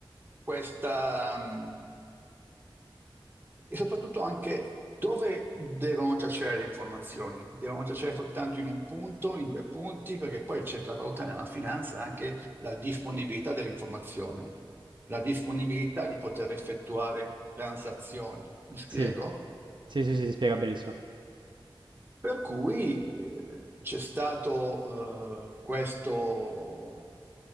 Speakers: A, on the right; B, on the right.
A: questa, mh, e soprattutto anche dove devono giacere le informazioni? Devono giacere soltanto in un punto, in due punti, perché poi c'è da valutare nella finanza anche la disponibilità dell'informazione, la disponibilità di poter effettuare transazioni. Mi spiego?
B: Sì, sì, sì, sì, si spiega benissimo.
A: Per cui eh, c'è stato eh, questo